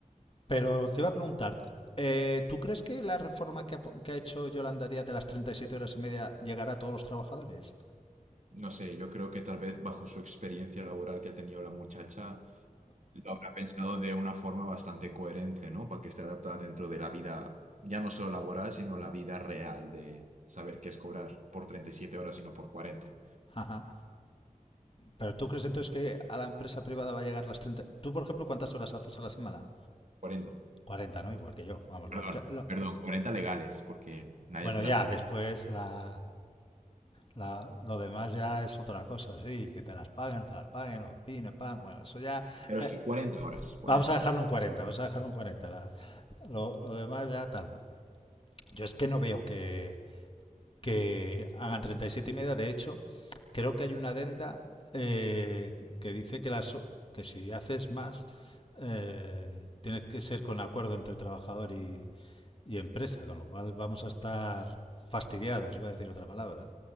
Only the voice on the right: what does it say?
No sé, yo creo que tal vez bajo su experiencia laboral que ha tenido la muchacha, lo habrá pensado de una forma bastante coherente, ¿no? Para que esté adaptada dentro de la vida, ya no solo laboral, sino la vida real de saber qué es cobrar por 37 horas y no por cuarenta,
cuarenta.
Perdón,
perdón, 40 legales, porque nadie
te
las...
Pero
sí, 40 horas, 40
horas.